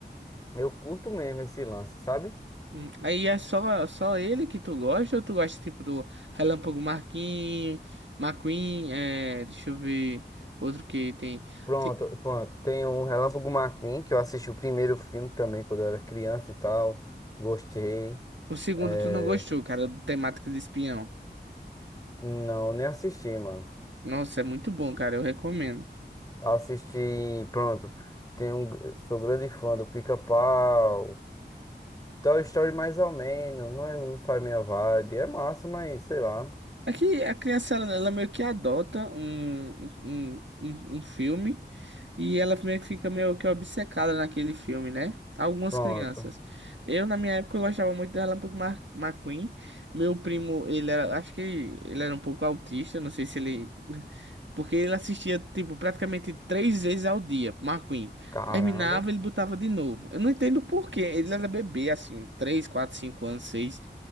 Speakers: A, on the left; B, on the right.
A: Eu curto mesmo esse lance, sabe?
B: Hum, Aí é só, só ele que tu gosta, ou tu gosta tipo do Relâmpago Marquinhos, McQueen, é, deixa eu ver, outro que tem.
A: Pronto,
B: Te-
A: pronto. Tem um Relâmpago McQueen, que eu assisti o primeiro filme também quando eu era criança e tal. Gostei.
B: O segundo
A: É...
B: tu não gostou, cara, do temática de espião.
A: Não, nem assisti, mano.
B: Nossa, é muito bom, cara. Eu recomendo.
A: Assisti, pronto. Tem um... Sou grande fã do Pica-Pau. Toy Story mais ou menos. Não, é... não faz minha vibe. É massa, mas sei lá.
B: Aqui a criança ela, ela meio que adota um, um, um, um filme e ela meio que fica meio que obcecada naquele filme, né? Algumas
A: Pronto.
B: crianças. Eu, na minha época, eu gostava muito do Relâmpago Ma- McQueen. Meu primo, ele era, acho que ele era um pouco autista, não sei se ele <laughs> Porque ele assistia, tipo, praticamente três vezes ao dia, McQueen.
A: Caramba.
B: Terminava, ele botava de novo. Eu não entendo por quê. Ele era bebê, assim, três, quatro, cinco anos, seis